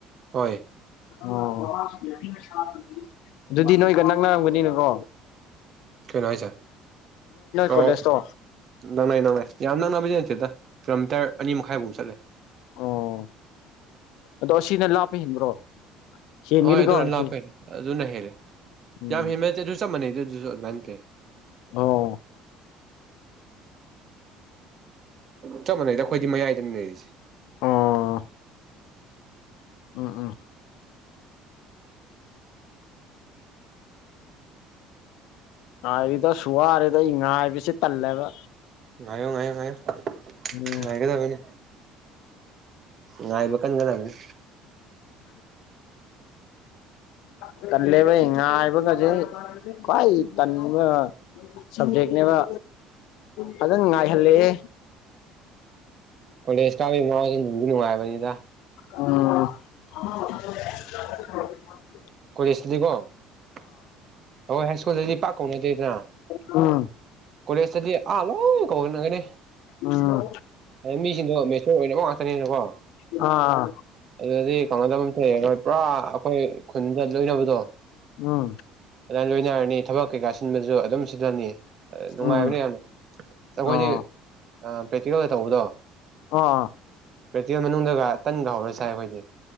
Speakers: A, on the right; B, on the left.
A: ꯍꯣꯏ
B: ꯑꯣ ꯑꯗꯨꯗꯤ ꯅꯣꯏꯒ ꯅꯥꯛꯅ ꯅꯥꯛ ꯅꯥꯔꯝꯒꯅꯤ ꯀꯦ
A: ꯀꯣꯏꯁ
B: ꯀꯣꯂꯦꯖꯇꯣ
A: ꯑꯣ ꯅꯪꯅꯥꯏ ꯅꯪꯅꯥꯏ ꯌꯥꯝ ꯅꯪꯅꯕꯁ ꯅꯠꯇꯦꯗ ꯀꯤꯂꯣꯃꯤꯇꯔ ꯑꯅꯤ ꯃꯈꯥꯏꯐꯧꯛ ꯆꯠꯂꯦ
B: ꯑꯣ ꯑꯗꯣ ꯑꯁꯤꯅ ꯂꯥꯞꯄ ꯍꯦꯟꯕ꯭ꯔꯣ ꯍꯦꯟꯒꯅꯤꯀꯣ
A: ꯍꯣꯏ ꯑꯗꯨ
B: ꯑꯁꯤ
A: ꯂꯥꯛꯄꯦꯅꯦ ꯑꯗꯨ ꯍꯦꯂꯦ
B: ꯎꯝ
A: ꯌꯥꯝ ꯍꯦ ꯆꯠ ꯑꯗꯨ ꯆꯞ ꯃꯑꯅꯦ ꯑꯗꯨꯖꯤ ꯃꯅꯦꯗ ꯑꯗꯨꯁꯨ ꯅꯇꯦ
B: ꯑꯣ
A: ꯆꯞ ꯃꯥꯟꯅꯩꯗ ꯑꯩꯈꯣꯏꯗꯤ ꯃꯌꯥꯏꯗꯅꯤ ꯂꯩꯔꯤꯁꯦ
B: ꯑꯣ ꯎꯝ ꯎꯝ ꯉꯥꯏꯔꯤꯗ ꯑꯁ ꯋꯥꯔꯦꯗ ꯑꯩ ꯉꯥꯢꯕꯁꯦ ꯇꯜꯂꯦꯕ
A: ꯉꯏꯌꯣ ꯉꯏꯌꯣ ꯉꯏꯌꯣ
B: ꯎꯝ
A: ꯉꯥꯏꯒꯗꯕꯅꯦ ꯉꯥꯏꯕ ꯀꯟꯒꯗꯕꯅꯤ
B: ꯑ ꯇꯟꯂꯦꯕ ꯑꯩ ꯉꯥꯏꯕꯒꯁꯦ ꯈ꯭ꯋꯥꯏ ꯇꯟꯕ ꯁꯕꯖꯦꯛꯅꯦꯍꯦ ꯐꯖꯅ ꯉꯥꯏꯍꯜꯂꯦꯍꯦ
A: ꯀꯣꯂꯦꯖ ꯀꯕꯩ ꯋꯥꯕꯗꯣ ꯅꯨꯡꯗꯤ ꯅꯨꯡ ꯉꯏꯕꯅꯤꯗ
B: ꯑ
A: ꯀꯣꯂꯦꯖꯇꯗꯤꯀꯣ ꯑꯩꯈꯣꯏ ꯍꯥꯏ ꯁ꯭ꯀꯨꯜꯗꯗꯤ ꯄꯥꯛ ꯀꯧꯅꯗꯦꯗꯅ
B: ꯎꯝ
A: ꯀꯣꯂꯦꯖꯇꯗꯤ ꯑꯥ ꯂꯣꯏ ꯀꯧꯅꯒꯅꯤ
B: ꯎꯝ
A: ꯑꯗ ꯃꯤꯁꯤꯡꯗꯣ ꯃꯦꯆꯣꯔ ꯑꯣꯏꯅꯕ ꯉꯥꯛꯇꯅꯤꯅꯀꯣ
B: ꯑꯥ
A: ꯑꯗꯨꯗꯗꯤ ꯀꯩꯅꯗꯕ ꯑꯃꯇ ꯂꯩꯔꯔꯣꯏ ꯄꯨꯔꯥ ꯑꯩꯈꯣꯏ ꯈꯨꯟꯗ ꯂꯣꯏꯅꯕꯗꯣ
B: ꯎꯝ
A: ꯑꯗꯨꯅ ꯂꯣꯏꯅꯔꯅꯤ ꯊꯕꯛ ꯀꯩꯀꯥ ꯁꯤꯟꯕꯁꯨ ꯑꯗꯨꯝ ꯁꯤꯜꯂꯅꯤ ꯅꯨꯡꯉꯥꯏꯕꯅꯤ
B: ꯎꯝ
A: ꯌꯥꯝꯅ ꯑꯩꯈꯣꯏꯗꯤ
B: ꯑꯣ
A: ꯑ ꯄ꯭ꯔꯦꯛꯇꯤꯀꯦꯜꯗ ꯇꯧꯕꯗꯣ
B: ꯑꯥ
A: ꯄ꯭ꯔꯦꯛꯇꯤꯀꯦꯜ ꯃꯅꯨꯡꯗꯒ ꯇꯟꯒ ꯍꯧꯔ ꯆꯥꯏ ꯑꯩꯈꯣꯏꯗꯤ